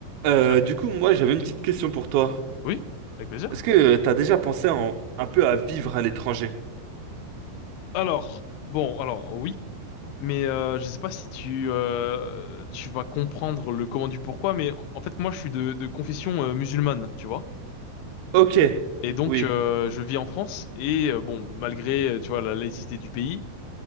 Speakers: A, on the right; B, on the left.
A: Euh,
B: Je-
A: du coup, moi, j'avais une petite question pour toi.
B: Oui, avec plaisir.
A: Est-ce que tu t'as déjà pensé en- un peu à vivre à l'étranger?
B: Alors, bon, alors oui, mais euh, je sais pas si tu euh, tu vas comprendre le comment du pourquoi, mais en fait moi je suis de, de confession euh, musulmane, tu vois.
A: Ok,
B: Et donc
A: oui.
B: euh, je vis en France et euh, bon, malgré euh, tu vois la laïcité du pays,